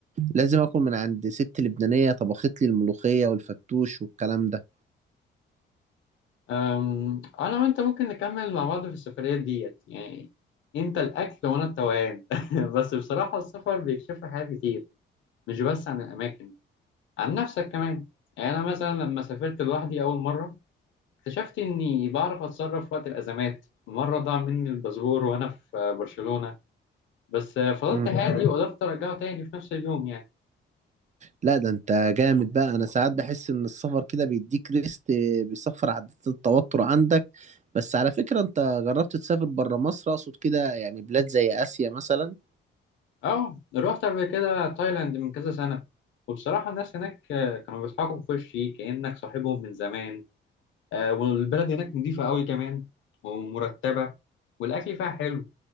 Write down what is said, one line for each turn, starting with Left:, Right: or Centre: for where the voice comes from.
Right: لازم اكل من عند ست لبنانية طبخت لي الملوخية والفتوش والكلام ده
Left: أم... أنا وأنت ممكن نكمل مع بعض في السفرية ديت يعني أنت الأكل وأنا التوهان <laughs> بس بصراحة السفر بيكشف لي حاجات كتير مش بس عن الأماكن عن نفسك كمان يعني أنا مثلا لما سافرت لوحدي أول مرة اكتشفت إني بعرف أتصرف وقت الأزمات مرة ضاع مني الباسبور وأنا في برشلونة بس فضلت
Right: مم.
Left: هادي وقدرت أرجعه تاني في نفس اليوم يعني
Right: لا ده انت جامد بقى انا ساعات بحس ان السفر كده بيديك ريست بيصفر عدات التوتر عندك بس على فكرة انت جربت تسافر برا مصر اقصد كده يعني بلاد زي اسيا مثلا
Left: أه رحت قبل كده تايلاند من كذا سنة وبصراحة الناس هناك كانوا بيضحكوا في وشي كأنك صاحبهم من زمان آه، والبلد هناك نضيفة قوي كمان ومرتبة والأكل فيها حلو